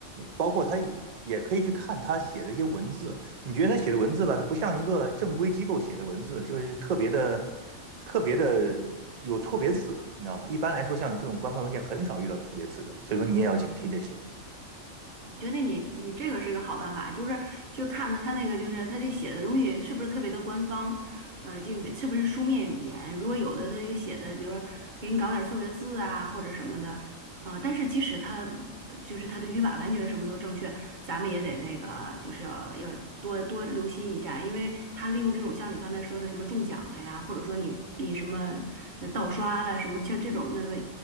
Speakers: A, on the right; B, on the right.
A: 包括它也可以去看他写的一些文字，你觉得他写的文字吧，它不像一个正规机构写的文字，就是特别的特别的有错别字，你知道吗？一般来说，像这种官方邮件很少遇到错别字的，所以说你也要警惕这些。
B: 我觉得你你这个是一个好办法，就是去看看他那个，就是他这写的东西是不是特别的官方，呃，就是不是书面语言。如果有的他这个写的，比如说给你搞点错别字啊或者什么的，呃，但是即使他呃就是他的语法完全什么都正确，咱们也得那个就是要要多多留心一下，因为他利用这种像你刚才说的什么中奖了呀，或者说你你什么呃盗刷了什么像这种那个。